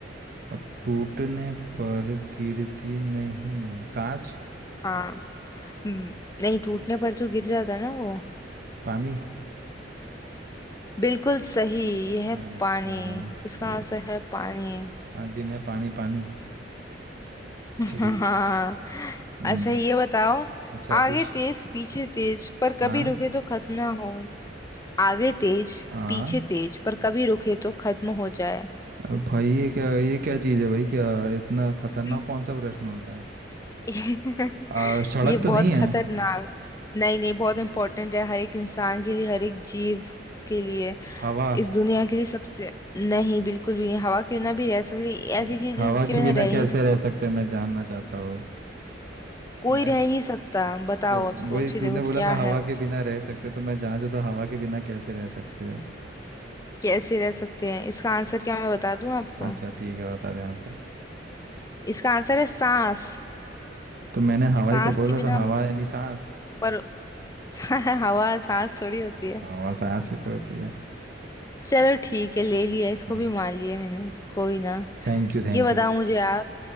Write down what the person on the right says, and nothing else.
और टूटने पर गिरती नहीं कांच
पानी
अच्छा
बे-
आज दिन है पानी पानी
ठीक
हम्म
अच्छा
पूछ
हाँ
हाँ
अब भाई ये क्या ये क्या चीज़ है भाई क्या इतना खतरनाक
कौन सा प्रश्न होता है
और सड़क
तो नहीं है
हवा
अ,
हवा
के
बिना
कैसे
रह सकते हैं, मैं जानना चाहता हूँ
मैं
तो
वही
तूने
बोला
ना हवा
के बिना रह सकते तो मैं जानना चाहता हूँ हवा के बिना कैसे रह सकते हैं
अच्छा ठीक है बता दे आंसर
तो मैंने हवा
ही तो बोला
तो
हवा यानी सांस
हवा सांस ही तो होती है
हाँ
थैंक यू थैंक
यू